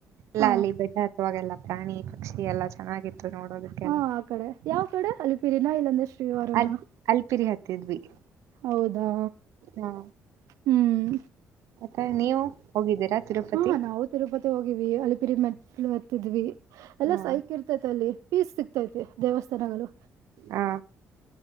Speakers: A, on the right; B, on the right.
A: ಎಲ್ಲ
B: ಹ
A: ಅಲ್ಲಿ ಬೆಟ್ಟ ಹತ್ತುವಾಗೆಲ್ಲಾ ಪ್ರಾಣಿ ಪಕ್ಷಿ ಎಲ್ಲಾ ಚೆನ್ನಾಗಿತ್ತು ನೋಡೋದಕ್ಕೆಲ್ಲ.
B: ಹ ಆ ಕಡೆ ಯಾವ್ ಕಡೆ ಅಲಿಪಿರಿನ ಇಲ್ಲಾಂದ್ರೆ ಶ್ರೀವಾರನ.
A: ಅಲ್ ಅಲ್ಪಿರಿ ಹತ್ತಿದ್ವಿ
B: ಹೌದಾ
A: ಹಾ.
B: ಹ್ಮ್
A: ಮತ್ತೆ ನೀವು ಹೋಗಿದ್ದೀರಾ ತಿರುಪತಿ.
B: ಹಾ ನಾವು ತಿರುಪತಿ ಹೋಗಿವವಿ ಅಲಿಪಿರಿ ಮೆಟ್ಲು ಹತ್ತಿದ್ವಿ ಎಲ್ಲಾ
A: ಹಾ
B: ಸೈಕ್ ಇರ್. ತ ಅಲ್ಲಿ ಪೀಸ್ ಸಿಕ್ತೈತಿ ದೇವಸ್ಥಾನಗಳು.
A: ಹಾ-